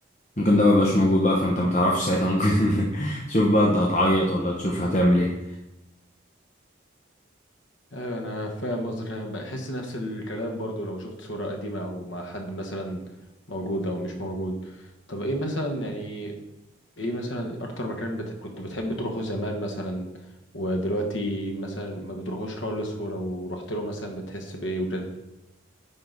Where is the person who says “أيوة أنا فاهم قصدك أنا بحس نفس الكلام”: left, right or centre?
Left